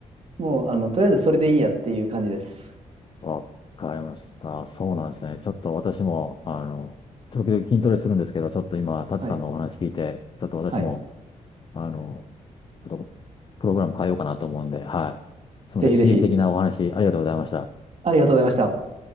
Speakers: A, on the right; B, on the left.
A: もう、あの、とりあえずそれでいいやっていう感じです。
B: わかりました。そうなんですね。ちょっと私も、あの、時々筋トレするんですけど、ちょっと今、タチさんのお話聞いて、
A: はい。
B: ちょっと私も、
A: はい。
B: あの、ちょっとプログラム変えようかなと思うんで、はい。すみません。
A: ぜひぜひ。
B: 刺激的なお話、ありがとうございました。
A: ありがとうございました。